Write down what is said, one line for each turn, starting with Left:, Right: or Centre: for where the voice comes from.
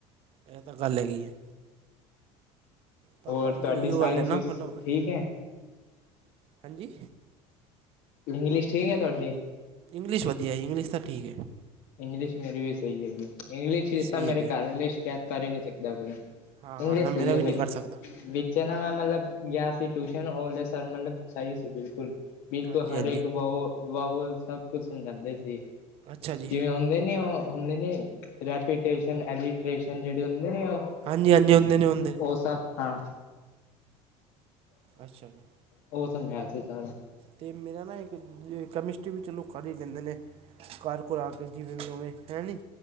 Right: ਇਹ ਤਾਂ ਗੱਲ ਹੈਗੀ ਹੈ। ਪਰ
Left: ਹੋਰ
Right: ਭਾਜੀ
Left: ਤੁਹਾਡੀ
Right: ਉਹੀਓ
Left: ਸਾਇੰਸ
Right: ਗੱਲ ਹੈ ਨਾ ਮਤਲਬ
Left: ਠੀਕ ਐ?
Right: ਹਾਂਜੀ।
Left: ਇੰਗਲਿਸ਼ ਠੀਕ ਹੈ ਤੁਹਾਡੀ
Right: ਇੰਗਲਿਸ਼ ਵਧੀਆ ਹੈ ਇੰਗਲਿਸ਼ ਤਾਂ ਠੀਕ ਹੈ
Left: ਇੰਗਲਿਸ਼ ਮੇਰੀ ਵੀ ਸਹੀ ਹੈਗੀ ਇੰਗਲਿਸ਼ ਇਚ
Right: ਸਹੀ
Left: ਤਾਂ ਮੇਰੇ
Right: ਹੈਗੀ ਹੈ
Left: ਘਰਵਾਲੇ ਸ਼ਿਕਾਇਤ ਕਰ ਹੀ ਨਹੀਂ ਸਕਦਾ ਕੋਈ
Right: ਹਾਂ
Left: ਇੰਗਲਿਸ਼
Right: ਨਾ
Left: ਸਹੀ
Right: ਮੇਰਾ
Left: ਹੈ
Right: ਵੀ
Left: ਮੇਰੀ
Right: ਨਹੀਂ ਕਰ ਸਕਦਾ
Left: ਵਿੱਚ ਨਾ ਮੈਂ ਮਲਬ ਗਿਆ ਸੀ ਟਿਊਸ਼ਨ ਓਹ ਵਾਲੇ ਸਰ ਮਲਬ। ਸਹੀ ਸੀ ਬਿਲਕੁਲ ਬਿਲਕੁਲ
Right: ਹਾਂਜੀ
Left: ਹਰੇਕ
Right: ਹਾਂਜੀ
Left: ਵ ਵਾਵਲ ਸਭ ਕੁਛ ਸਮਝਾਂਦੇ ਸੀ।
Right: ਅੱਛਾ ਜੀ
Left: ਜਿਵੇਂ ਹੁੰਦੇ ਨੇ ਉਹ ਹੁੰਦੇ ਨੇ ਰੈਪੀਟੇਸ਼ਨ ਐਲੀਟਰੇਸ਼ਨ ਜਿਹੜੇ ਹੁੰਦੇ ਨੇ ਉਹ
Right: ਹਾਂਜੀ ਹਾਂਜੀ ਹੁੰਦੇ ਨੇ ਹੁੰਦੇ ਨੇ
Left: ਓਸਾ ਹਾਂ
Right: ਅੱਸਾ਼ ਜੀ।
Left: ਓ ਸਮਝਾ ਸੀ ਸਾਰਾ।
Right: ਤੇ ਮੇਰਾ ਨਾ ਏੱਕ ਅ ਕੈਮਿਸਟ੍ਰੀ ਵਿੱਚ ਲੋਕਾਂਂ ਦੀ ਕਰ ਹੀ ਲੈਂਦੇ ਨੇ ਕਾਰ ਕੁਰਾਕੇ ਤੇ ਜਿਵੇਂ ਵੀ ਓਵੇਂ ਹੈਂ ਨੀ,